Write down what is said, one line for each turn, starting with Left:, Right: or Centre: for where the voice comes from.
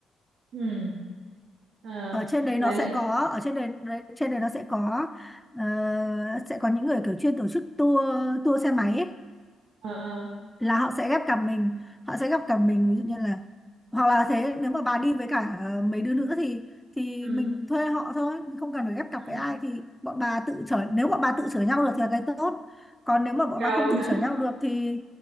Right: Ừ. Ờ.
Centre: Ở trên đấy
Right: Là
Centre: nó
Right: nữa.
Centre: sẽ có ở trên đấy đấy- trên đấy nó sẽ có ờ, sẽ có những người kiểu chuyên tổ chức tour tour xe máy ấy.
Right: Ờ. Ờ.
Centre: là họ sẽ ghép cặp mình họ sẽ ghép cặp mình ví dụ như là hoặc là thế nếu mà bà đi với cả ờ, mấy đứa nữa thì thì
Right: ừ
Centre: mình thuê họ thôi không cần phải ghép
Right: ừ
Centre: cặp với ai thì bọn bà tự chở nếu bọn bà tự chở nhau được thì là cái tốt còn nếu mà bọn
Right: eo
Centre: bà không tự chở nhau được thì